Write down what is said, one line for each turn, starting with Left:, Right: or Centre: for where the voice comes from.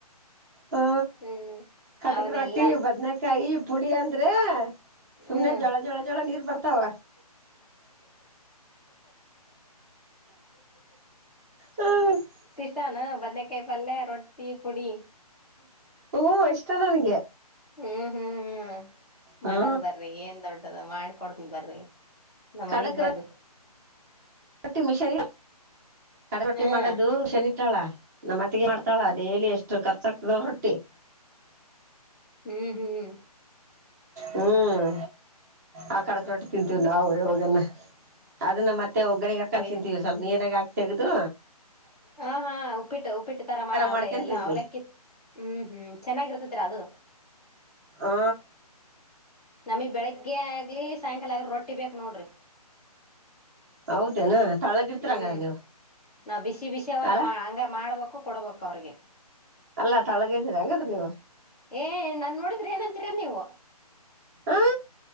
Right: ಹಾ
Centre: ಹ್ಮ್
Right: ಕಟಕ
Centre: ಅವನೆಲ್ಲಾ
Right: ರೊಟ್ಟಿ ಬದನಕಾಯಿ ಪುಡಿ ಅಂತ ಇದ್ರೆ ಸುಮ್ನೆ
Centre: ಹ್ಮ್
Right: ಜಳ ಜಳ ಜಳ ನೀರ್ ಬರ್ತಾವ. ಹ್ಮ
Centre: ಏನ್ ಬದನೆಕಾಯಿ ಪಲ್ಯ ರೊಟ್ಟಿ ಪುಡಿ.
Right: ಹೂ ಇಷ್ಟ ನನ್ಗೆ.
Centre: ಹ್ಮ್ ಹ್ಮ್ ಹ್ಮ್
Right: ಹಾ
Centre: ಮಾಡನ್ ಬರ್ರಿ ಏನ್ ದೊಡ್ಡದು ಮಾಡಿಕೊಡ್ತನ್ ಬರ್ರಿ. ನಾ
Right: ಕಡಕ್
Centre: ಮನಿಗ್ ಬರ್ರಿ.
Right: ರೊಟ್ಟಿ ಮಿಶನ್ ಇಟ್ಟ ರೊಟ್ಟಿ
Centre: ಹ್ಮ
Right: ಮಾಡದು ಮಿಶನ್ ಇಟ್ಟಾಳ. ನಮ್ಮತ್ತಗೆ ಮಾಡ್ತಾಳ ಡೈಲಿ ಎಷ್ಟು ಖರ್ಚಾಗ ಆಗ್ತದವ್ ಹೊಟ್ಟಿ
Centre: ಹ್ಮ್ ಹ್ಮ್ ಹ್ಮ
Right: ಹ್ಮ್ ಆ ಕಡಕ ರೊಟ್ಟಿ ತಿಂತೀವಿ ನಾವು ಯಾಗನ ಅದನ್ನ ಮತ್ತೆ ಮತ್ತೆ ಒಗ್ಗಾಕೊಂಡ್ಸಂತೀವಿರ
Centre: ಅವೇನ್
Right: ಸ್ವಲ್ಪ ನೀನ್ನಾಗ ಆಕ್ ತಗ್ದದು
Centre: ಹ ಹಾ ಉಪ್ಪಿಟ್ಟು ಉಪ್ಪಿಟ್ಟ ತರ ಮಾಡ ಅವ್ಳ
Right: ಮಾಡ್ಕೊಂಡ್
Centre: ಎಲ್ಲಾ
Right: ತಿಂತೀವಿ
Centre: ಅವ್ಲ ಕಿ ಹ್ಮ್ ಹ್ಮ್ ಚೆನ್ನಾಗಿರ್ತತಿರಾ ಅದು
Right: ಹ
Centre: ನಮಗ್ ಬೆಳಿಗ್ಗೆ ಆಗ್ಲಿ ಸಾಯಂಕಾಲ ಆಗ್ರ ರೊಟ್ಟಿ ಬೇಕಕ್ ನೋಡ್ರಿ
Right: ಹೌದೇನಾ ತಳ್ಳಗ ಇಡ್ತರಂಗದ
Centre: ಹ್ಮ್
Right: ನೀವು
Centre: ನಾವ್ ಬಿಸಿ ಬಿಸ
Right: ಅಲ್ಲ
Centre: ಹಂಗ ಮಾಡ್ಬೇಕು ಕೊಡ್ಬೇಕು ಅವ್ರಿಗೆ
Right: ಅಲ್ಲಾ ತಳಗದಿರ ಹಂಗದ ನೀವ್
Centre: ಏ ನಾನ್ ನೋಡಿದ್ರೆ ಏನಂತೀರ ನೀವು
Right: ಆ